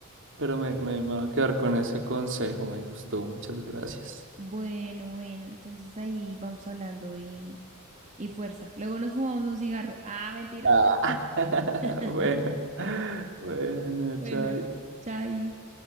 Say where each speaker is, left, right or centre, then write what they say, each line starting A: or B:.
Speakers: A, on the right; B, on the right.
A: pero me, me, me voy a quedar con ese consejo. Me gustó, muchas gracias.
B: Bueno, bueno, entonces ahí vamos hablando y, y fuerza. Luego nos fumamos un cigarro. Ah, mentira.
A: Ah. <laughs>
B: <laughs>
A: Bueno, bueno,
B: Bueno,
A: chao.
B: chai.